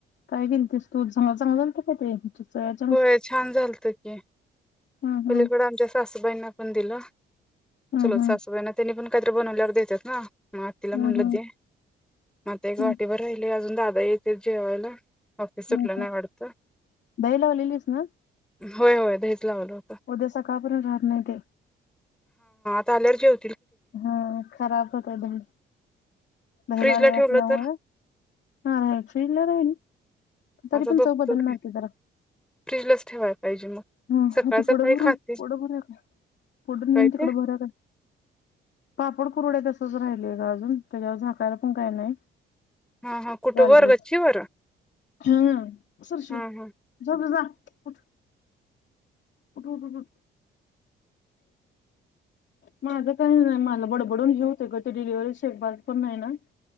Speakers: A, on the left (about 65°); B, in the centre.
A: काय दिलतीस तु चांगल चांगला झालत काय ते? सोयाच्या मस्
B: होय छान झालत की!
A: हम्म
B: पलीकडं
A: हम्म
B: आमच्या सासूबाईंना पण हॅलो!
A: हम्म
B: चल
A: हम्म
B: सासूबाईना त्यांनी पण काईतर बनवल्यावर देत्यात ना. म आतीला म्हणलं
A: हम्म हम्म
B: दे म आता एक वाटीवरर
A: हम्म
B: राहिलय जून दादा यायचेत जेवायला ऑफिस सुटलं
A: ह!
B: नाही वाटतं
A: दही लावलिलीस ना?
B: होय होय दहीच लावल.
A: उद्या सकाळ पर्यंत राहत नाही ते
B: तल्यावर जेव
A: हा खराब होतय <unintelligible> <unintelligible> असल्यामुळे
B: फ्रीजला ठेवलं तर
A: हा राहील <unintelligible> राहील तरी
B: आता
A: पण
B: बघतो
A: चव बदलणार की जरा.
B: फ्रीजलाच ठेवायला पाहिजे मग
A: हम्
B: सकाळ
A: ते
B: सकाळी
A: पुढं भरून
B: खातील
A: पुढं भरुया का? पुढं न्हेऊन
B: काय
A: तिकड
B: ते
A: भर का? पापड कुरूड्या तसंच राहिलय ग अजून त्याच्यावर झाकायला पण काय नाय
B: हा हा कुठं
A: गॅलरीत
B: वर गच्चीवर
A: हूं फरशी
B: हा
A: वर
B: हा
A: झोप जा जा उठ उठ उठ उठ माझ काही नाही मला बडबडून हे होतय ग ते डिलिव्हरी शेक भाज पण नाही ना